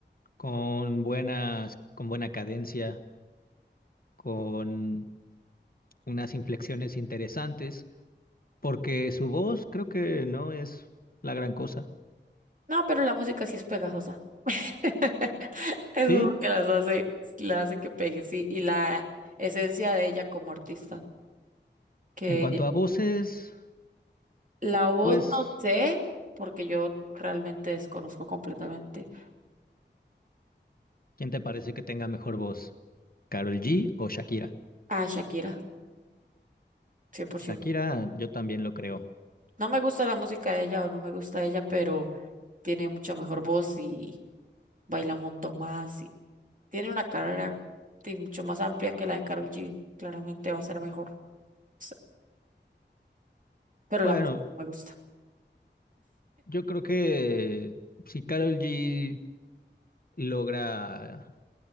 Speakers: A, on the left; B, on the right.
A: con buenas, con buena cadencia, con unas inflexiones interesantes, porque su voz creo que no es la gran cosa.
B: No, pero la música sí es pegajosa. <laughs> Eso
A: Sí,
B: es lo que las hace, la hace que pegue, sí. Y la esencia de ella como artista. Que
A: en cuanto a voces,
B: la voz
A: pues,
B: no sé, porque yo realmente desconozco completamente
A: ¿quién te parece que tenga mejor voz? ¿Carol G o Shakira?
B: a Shakira, 100%.
A: Shakira, yo también lo creo.
B: No me gusta la música de ella o no me gusta ella, pero tiene mucho mejor voz y baila un montón más. Y tiene una carrera sí, mucho más amplia que la de Karol G. Claramente va a ser mejor. O sea, Pero
A: Bueno,
B: la música no me gusta.
A: yo creo que si Carol G logra